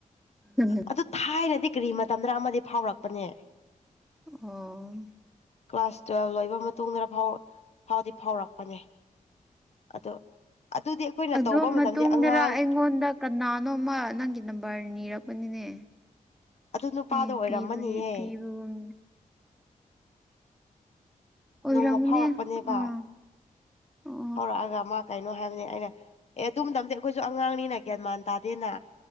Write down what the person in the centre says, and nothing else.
ꯎꯝꯝ
ꯑ
ꯑꯗꯨ
ꯃꯇꯨꯡꯗꯔ
ꯑꯩꯉꯣꯟꯗ ꯀꯅꯥꯅꯣꯃ ꯅꯪꯒꯤ ꯅꯝꯕꯔ ꯅꯤꯔꯛꯄꯅꯤꯅꯦ
ꯑꯩ
ꯄꯤꯕꯒꯤ ꯄꯤꯕꯒꯨꯝ ꯑꯣꯏꯔꯝꯒꯅꯤ
ꯑꯥ ꯑꯣ